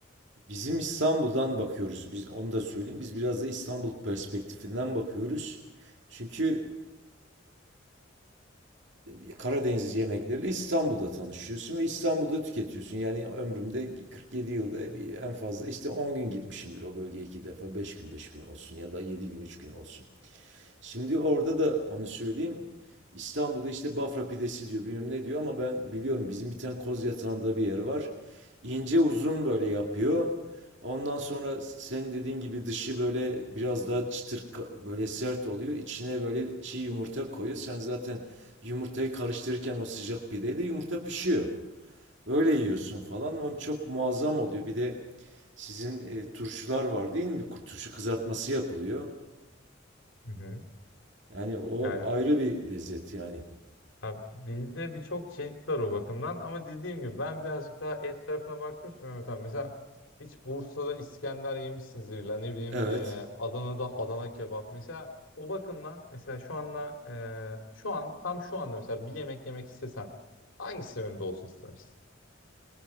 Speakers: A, on the right; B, on the left.
A: Bizim İstanbul'dan bakıyoruz biz onu da söyleyeyim. Biz biraz da İstanbul perspektifinden bakıyoruz. Çünkü e, Karadeniz yemekleriyle İstanbul'da tanışıyorsun ve İstanbul'da tüketiyorsun. Yani ömrümde 47 yılda bir- en fazla işte 10 gün gitmişimdir o bölgeye iki defa. 5 gün 5 gün olsun ya da 7 gün 3 gün olsun. Şimdi orada da onu söyleyeyim. İstanbul'da işte Bafra pidesi diyor bilmem ne diyor ama ben biliyorum bizim bir tane koz yatağında bir yer var. İnce uzun böyle yapıyor. Ondan sonra senin dediğin gibi dışı böyle biraz daha çıtır ka- böyle sert oluyor. İçine böyle çiğ yumurta koyuyor. Sen zaten yumurtayı karıştırırken o sıcak pideyle yumurta pişiyor. Öyle yiyorsun falan. Ama Çok muazzam oluyor. Bir de sizin e, turşular var değil mi? Turşu kızartması yapılıyor.
B: Hı hı.
A: Yani o
B: Yani
A: ayrı bir lezzet yani.
B: Ya bizde birçok çeşit var o bakımdan ama dediğim gibi ben birazcık daha et tarafına baktım şimdi Mehmet abi. Mesela hiç Bursa'da İskender yemişsinizdir illa ne bileyim
A: Evet.
B: e, Adana'da Adana kebap. Mesela o bakımdan mesela şu anla e, şu an tam şu anda mesela bir yemek yemek istesen hangisi önünde olsun istersin?